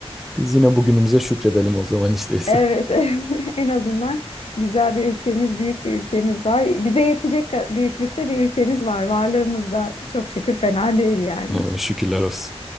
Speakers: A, in the centre; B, on the left.
A: Biz yine bugünümüze şükredelim o zaman işte
B: Evet,
A: <laughs>
B: <laughs> en azından güzel bir ülkemiz, büyük bir ülkemiz var. Bize yetecek ka- büyüklükte bir ülkemiz var. Varlığımız da çok şükür fena değil yani.
A: Yani şükürler olsun.